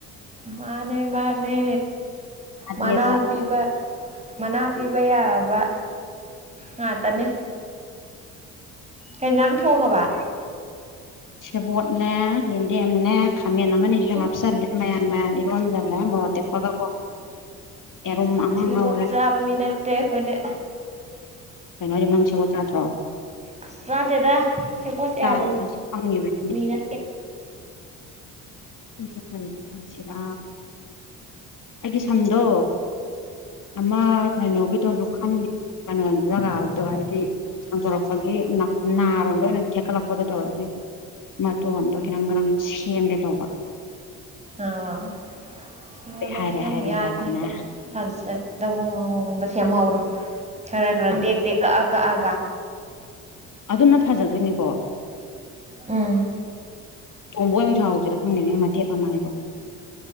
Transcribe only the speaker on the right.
ꯃꯥꯅꯦ ꯃꯥꯅꯦ
ꯃꯅꯥ ꯄꯤꯕ ꯃꯅꯥ ꯄꯤꯕ ꯌꯥꯕ ꯉꯥꯛꯇꯅꯤ ꯀꯩꯩꯅꯥꯡ ꯊꯣꯡꯉꯕ
ꯎꯝ
ꯁꯦꯕꯣꯠ
ꯆꯥꯕ ꯃꯤ ꯅꯠꯇꯦ ꯑꯩꯈꯣꯏꯗꯤ
ꯑꯁ ꯆꯥꯗꯦꯗ ꯁꯦ ꯄꯣꯠ
ꯌꯥꯕ
ꯃꯤꯅ
ꯑ ꯋꯥ ꯁꯦꯝ ꯑꯃꯨꯛ
ꯁꯦꯝꯃꯨꯛ
ꯌꯥꯔꯤꯉꯩꯗ ꯐ ꯆꯗꯧꯕ ꯃ ꯃꯑꯣꯡꯗ ꯁꯦꯝꯍꯧꯔꯣ ꯈꯔ ꯈꯔ ꯇꯦꯛ ꯇꯦꯛ ꯀꯛꯑ ꯀꯛꯑ ꯀ
ꯎꯝ